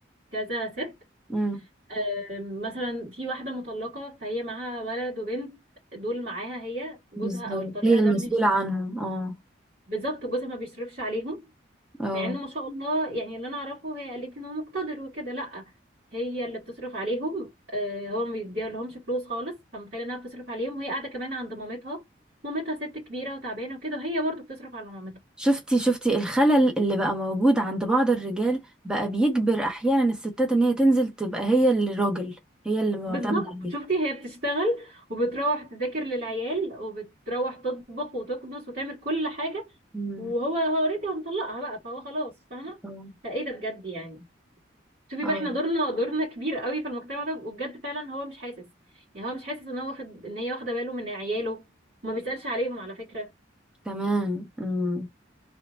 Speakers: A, on the right; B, in the centre.
A: كذا ست
B: امم
A: آه، مثلا في واحدة مطلقة فهي معاها ولد وبنت دول معاها هي جوزها
B: بالظبط
A: او الطليقة
B: هي المسؤولة
A: ده مش
B: عنهم اه
A: بالظبط جوزها ما بيصرفش عليهم
B: اه
A: مع ان ما شاء الله يعني اللي انا اعرفه هي قالت ان هو مقتدر وكده لا هي اللي بتصرف عليهم آه هو ما بيديها لهمش فلوس خالص فمتخيله انها بتصرف عليهم وهي قاعده كمان عند مامتها مامتها ست كبيره وتعبانه وكده وهي برضه بتصرف على مامتها
B: شفتي شفتي الخلل اللي بقى موجود عند بعض الرجال بقى بيجبر احيانا الستات ان هي تنزل تبقى هي اللي راجل هي اللي معتمد
A: بالظبط
B: عليه
A: شفتي هي بتشتغل وبتروح تذاكر للعيال وبتروح تطبخ وتكنس وتعمل كل حاجه
B: امم
A: وهو هو اوريدي هو مطلقها بقى فهو خلاص فاهمه
B: اه
A: فايه ده بجد يعني شوفي
B: آه،
A: بقى احنا دورنا دورنا كبير قوي في المجتمع ده وبجد فعلا هو مش حاسس يعني هو مش حاسس ان هو واخد ان هي واخده باله من عياله وما بيسالش عليهم على فكره
B: كمان مم.